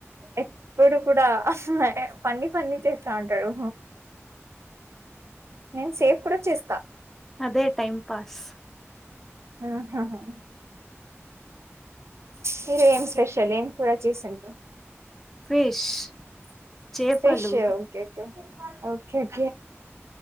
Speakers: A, on the right; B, in the centre.
A: ఎప్పుడు కూడ ఫన్ని ఫన్ని చేస్తా ఉంటాడు నేను సేఫ్ కూడా చేస్తా.
B: అదే టైం పాస్
A: ఆ ఆహా మీరేం స్పెషలేం కూడా చేసిటాము.
B: ఫిష్ చేపలు
A: ఫిష్ ఓకే ఓకే ఓక <inaudible>